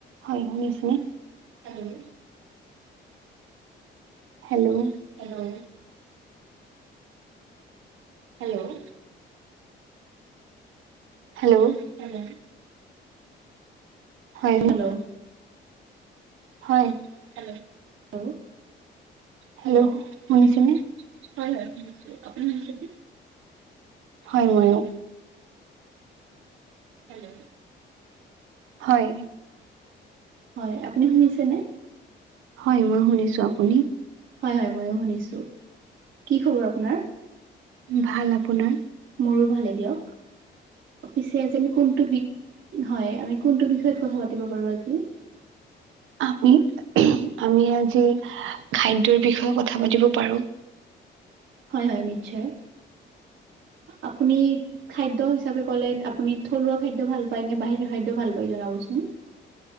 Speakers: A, on the right (about 85°); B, on the right (about 70°).
A: হয় শুনিছে? Hello, hello, hello, hello, hello, hello, হয় <unintelligible>
B: হেল্ল'
A: হয় হেল্ল',
B: <unintelligible>
A: হেল্ল', শুনিছেনে? হয় -হয় শুনিছোঁ আপুনি শুনিছেনে? হয় ময়ো হেল্ল', হয়।
B: হয়
A: <unintelligible>
B: আপুনি শুনিছেনে
A: হয় মই শুনিছো আপুনি?
B: হয়-হয় মইয় শুনিছো কি খবৰ আপনাৰ?
A: ভাল আপোনাৰ?
B: মোৰো ভালেই দিয়ক। পিছে আজি আমি কোনটো বি হয় আমি কোনটো বিষয়ত কথা পাতিব পাৰো আজি।
A: আমি আমি আজি খাদ্যৰ বিষয়ে কথা পাতিব পাৰো।
B: হয় হয় নিশ্চয় আপুনি খাদ্য হিচাপে ক'লে আপুনি থলুৱা খাদ্য ভাল পায় নে বাহিৰা খাদ্য ভাল পায় জনাবচোন?